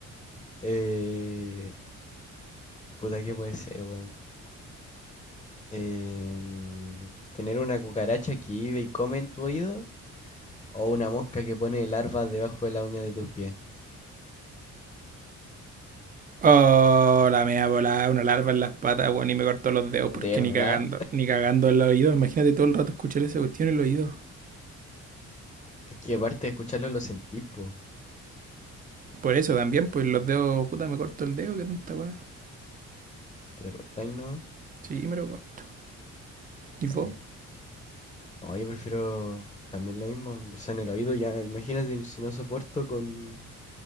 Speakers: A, on the left; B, on the right.
A: Eh, Puta, ¿qué puede ser, weón? Em, ¿tener una cucaracha que vive y come en tu oído? ¿O una mosca que pone larvas debajo de la uña de tus pies?
B: Oh, la mea volada, una larva en las patas, weón, y me cortó los dedos porque
A: De verdad,
B: ni cagando, ni cagando en los oídos. Imagínate todo el rato escuchar esa cuestión en los oídos.
A: es que aparte de escucharlo lo sentís, po.
B: Por eso también, pues los dedos, puta, me corto el dedo, qué tanta weá.
A: Te lo cortáis, ¿no?
B: Sí, me lo corto. ¿Y
A: Está
B: vos?
A: bien. No, yo prefiero también lo mismo, o sea, en el oído ya, imagínate si no soporto con,